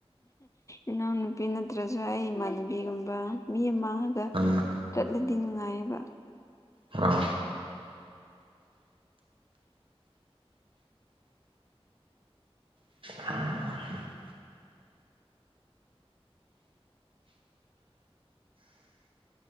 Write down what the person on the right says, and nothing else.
ꯑꯥ
ꯑꯥ <unintelligible>